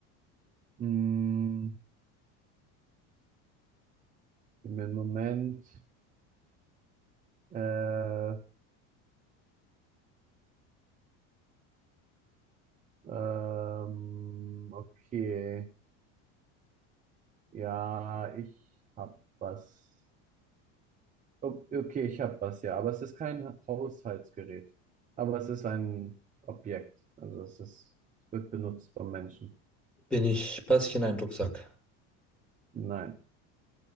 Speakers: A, on the right (about 20°); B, in the centre.
A: Hm, gib mir einen Moment. Äh, Ähm, okay. Ja, ich hab was. O- Okay, ich hab was, ja. Aber es ist kein Haushaltsgerät. Aber es ist ein Objekt. Also es ist, es wird benutzt von Menschen.
B: Bin ich, passe ich in einen Rucksack?
A: Nein.